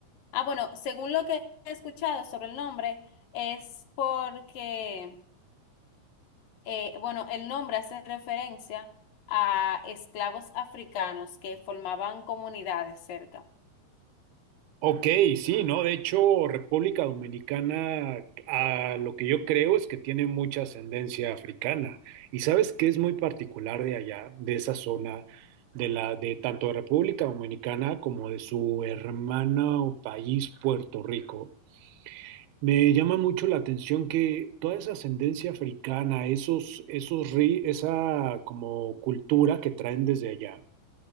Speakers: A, on the left (about 70°); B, on the right (about 90°).
A: Ah, bueno, según lo que he escuchado sobre el nombre, es porque eh, bueno, el nombre hace referencia a esclavos africanos que formaban comunidades cerca.
B: Ok, sí, ¿no? De hecho, República Dominicana, a lo que yo creo es que tiene mucha ascendencia africana. Y sabes qué es muy particular de allá, de esa zona, de la, de tanto de República Dominicana como de su hermana o país, Puerto Rico. Me llama mucho la atención que toda esa ascendencia africana, esos, esos, ri- esa como cultura que traen desde allá